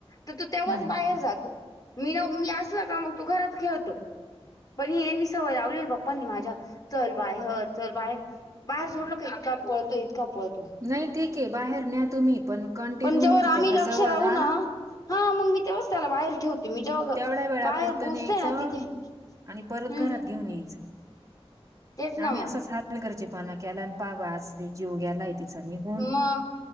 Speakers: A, on the left; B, on the right.
A: तर तू तेव्हाच
B: हम्म
A: बाहेर जातो. मी न मी असल का मग तो घरात खेळतो. पण हे यांनी सवय लावली बाप्पांनी माझ्या चल बाय ह चल बाहेर. बाहेर सोडलं का इतका पळतो इतका पळतो.
B: नाही ठीके बाहेर न्या तुम्ही पण कंटिन्यू
A: पण जेववर
B: म्हणजे
A: आम्ही
B: त्याच्या
A: लक्ष
B: जवळ
A: राहू
B: राहा
A: ना हा मग मी तेव्हाच त्याला बाहेर ठेवतो. तुम्ही जेव्हा
B: तेवढ्या वेळापुरतं
A: बाहेर पोसते
B: न्यायचं
A: ना तिथे हम्म.
B: आणि परत घरात घेऊन यायचं.
A: तेच ना
B: आम्ही
A: मग
B: असंच हलगर्जीपणा केला आणि पाबा आज जीव गेलाय तिचा निघून.
A: ह.